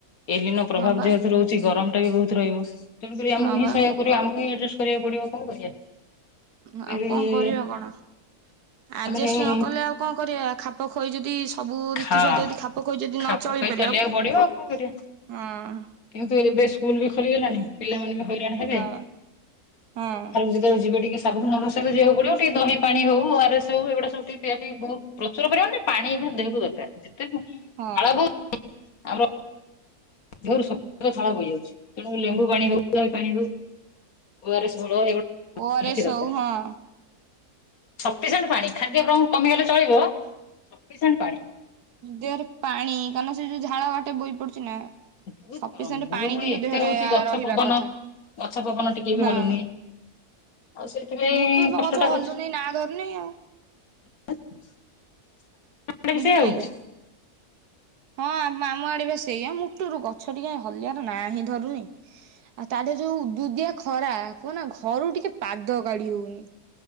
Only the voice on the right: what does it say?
ହଁ ବା
ହଁ
ବା
ଆଉ କଣ କରିବା କଣ ଆଡଜଷ୍ଟ
ନ କଲେ ଆଉ କଣ କରିବା ଖାପଖୋଇ ଯଦି ସବୁ
ଋତୁ ସହିତ ଯଦି ଖାପଖୋଇ ଯଦି
ନ ଚଳେଇ
ପାରିବା-ଉଁ-
ହଁ ହଁ।
ହଁ
ଓ ଆର ଏସ୍
ହଉ ହଁ
ଦେହରେ ପାଣି କାରଣ ସେ ଯଉ ଝାଳ ବାଟେ ବହି ପଡୁଚି ନା
ସଫିସେଣ୍ଟ୍
ପାଣି
କିନ୍ତୁ
ଦେହରେ
ଆ-ରହିବା
କଥା।
ହଁ
ମୁଟୁରୁ ତ
ଗଛ
ହଲୁନି ନା ଧରୁନି ଆଉ
ବୁଝିପାଇଲେ
ହଁ ଆମ -ଆମ ଆଡ଼େ ବା ସେଇଆ ମୁଟୁରୁ ଗଛ ଟିକେ ହଲିଆର ନାଁ ହିଁ ଧରୁନି। ଆଉ ତା ଦେହରେ ଯଉ ଉଦୁଉଦିଆ ଖରା କୁହନା ଘରୁ ଟିକେ ପାଦ କାଢି ହଉନି।